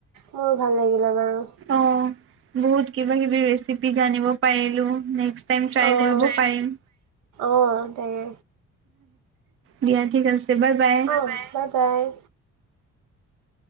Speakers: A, on the right; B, on the right.
A: মোৰো ভাল লাগিলে বাৰু।
B: অ'। বহুত কিবা কিবি ৰেচিপি জানিব পাৰিলো, নেক্সট টাইম ট্ৰাই
A: অঁ
B: কৰিব পাৰিম।
A: অঁ তাকে
B: দিয়া ঠিক আছে, বাই বাই।
A: অঁ বাই বাই।
B: <inaudible>